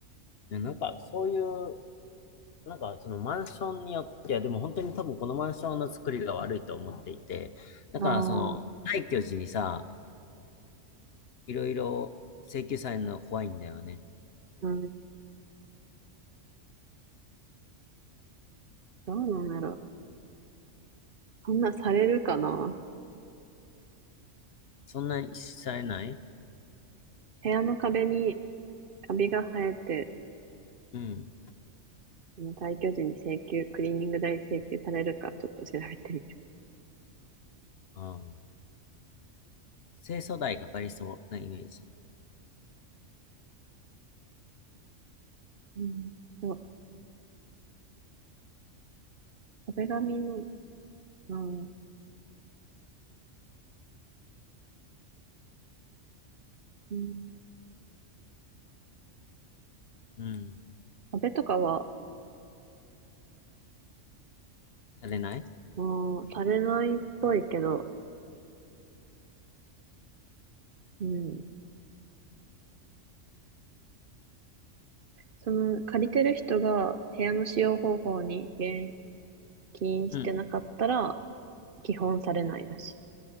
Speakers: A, on the left (about 60°); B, on the right (about 50°).
A: ねなんか、そういうなんか、そのマンションによって、いや、でも本当に多分このマンションの作りが悪いと思っていて、だからその、
B: ああ、
A: 退去時にさ、いろいろ請求されるの怖いんだよね。
B: うん。どうなんやろ。そんなされるかな。
A: そんなにされない
B: 部屋の壁にカビが生えて、
A: うん。
B: その退去時に請求、クリーニング代請求されるかちょっと調べてみる。
A: ああ。清掃代かかりそうなイメージ。
B: うん。そう、壁紙の、うん、うん、
A: うん。
B: 壁とかは、
A: されない
B: うん、されないっぽいけど、うん。その借りてる人が部屋の使用方法に言及してなかったら、
A: うん。
B: 基本されないらしい。